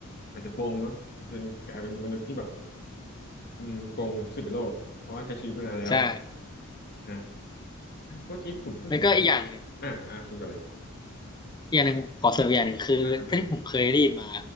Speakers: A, on the left; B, on the left.
A: อาจจะโปงเนาะจนกลายเป็นมนุษย์ที่แบบ อืมปงที่สุดในโลกเพราะว่าใช้ชีวิตมานานแล้ว
B: ใช่
A: นะเมื่อกี้ผมพูดถึงอะไรนะ
B: แล้วก็อีกอย่างหนึ่ง
A: อ่าอ่าคุณก่อนเลย
B: อีกอย่างหนึ่งผมขอเสริมอีกอย่างหนึ่งคือถ้าที่ผมเคยได้ยินมา
A: ได้ครับได้เลย